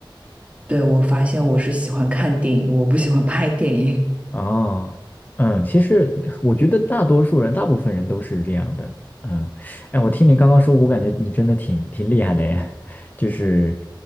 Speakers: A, on the right (about 15°); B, on the left (about 20°).
A: 对，我发现我是喜欢看电影，我不喜欢拍电影，
B: 哦，嗯，其实我觉得大多数人，大部分人都是这样的。嗯，哎，我听你刚刚说，我感觉你真的挺挺厉害的耶，<laughs> 就是